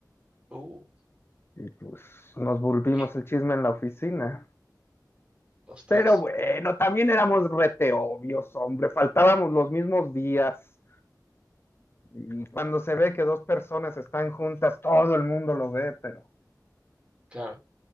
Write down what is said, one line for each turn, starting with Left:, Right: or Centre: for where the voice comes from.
Right: Uh,
Left: Y pues nos volvimos
Right: y
Left: el chisme en la oficina.
Right: ostras,
Left: Pero bueno, también éramos rete obvios, hombre, faltábamos los mismos días. Y cuando se ve que dos personas están juntas, todo el mundo lo ve, pero,
Right: claro.